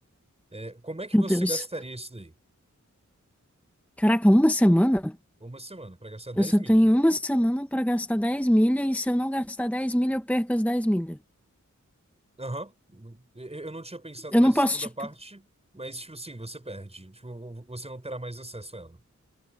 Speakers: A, on the right; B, in the centre.
A: É, como é que
B: meu
A: você
B: Deus.
A: gastaria isso daí?
B: Caraca, uma semana?
A: Uma semana, pra gastar 10
B: Eu só
A: milha.
B: tenho uma semana pra gastar 10 milha e se eu não gastar dez milha, eu perco as 10 milha.
A: Aham. Eu não tinha pensado
B: Eu
A: nessa
B: não posso,
A: segunda
B: tipo,
A: parte, mas, tipo assim, você perde. Tipo, você não terá mais acesso a ela.